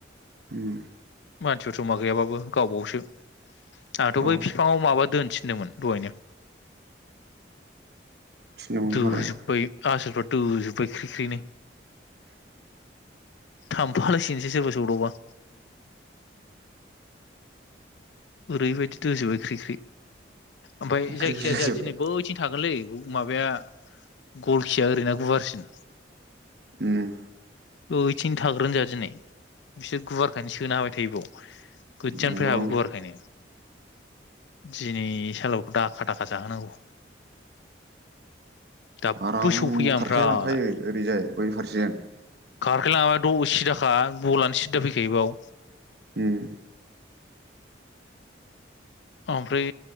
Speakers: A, on the right (about 60°); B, on the left (about 75°).
A: उम।
B: मानसिफोर जमा गैयाबाबो गावबावसो। आंहाथ
A: औ
B: बै बिफाङाव माबा दोनोसै। फिदोंमोन दहायनो।
A: थिनदोंमोनथ'
B: दोजोबबाय आसोल दोजोब्बाय ख्रिख्रिनो थांफालायसिन गोनसो जोङो सौग्रावबा। ओरैबायदि दोजोबबाय ख्रि ख्रि। ओमफ्राय
A: आरो ख्रि
B: जायखिजाया
A: ख्रि
B: जोंहा
A: जाबाय
B: दिनै बैथिं थागोनलै। माबाया गल खिया ओरैना गुवारसिन।
A: ओम।
B: ओैथिंनो थाग्रोन जाहा दिनै बिसोर गुवारखायनो सोनो हाबाय थायो बाव। गोजाननिफ्रायनो
A: नंगौ
B: हाबो गुवारखायनो। दिनै सालबखौ दाखा दाखा जाहोनांगौ। दाबो
A: आराम
B: सौफैया ओमफ्राय
A: खारख्लाय लांखायो ओरैजाय। बैफोरजों।
B: खारख्लाय लाङाबा द उसिद खा बलआनो सिदा फैखायो बाव।
A: उम
B: ओमफ्राय